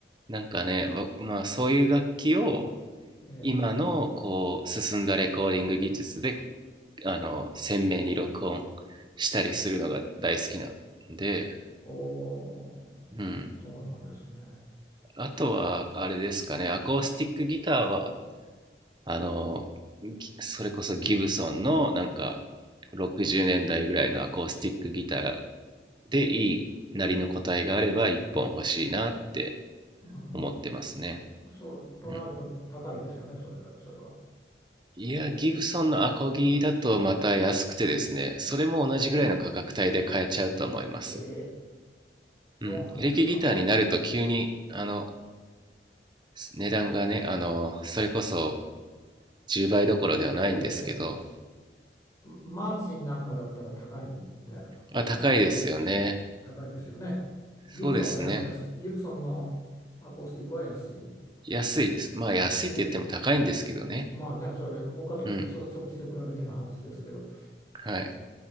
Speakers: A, on the right (about 25°); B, on the left (about 20°).
A: なんかねま、まあそういう楽器を
B: ええ。
A: 今のこう進んだレコーディング技術であの鮮明に録音したりするのが大好きなんで、
B: おー、
A: うん、
B: そうなんですね。
A: あとはあれですかねアコースティックギターはあのそれこそギブソンのなんか60年代ぐらいのアコースティックギターでいいなりの答えがあれば1本欲しいなって
B: うん。
A: 思ってますね、
B: そう、となると高いですよね、
A: うん、
B: それ、それは。
A: いやギブソンのアコギだとまた安くてですねそれも同じぐらいの価格帯で買えちゃうと思います
B: そうなんええ、そうなんですか。
A: うんエレキギターになると急にあの値段がねあのそれこそ10倍どころではないんですけど
B: ええ、マーチンなんかだったら高いんじゃない、
A: あ高いですよね
B: ないんですかね高いですよね。ギブソンはや、
A: そうですね
B: 安ギブソンのアコースティックは安い。
A: 安いです。まあ安いって言っても高いんですけどね。
B: えまあね、それ、他と、
A: うん。
B: そ、そっちと比べての話ですけど、
A: はい。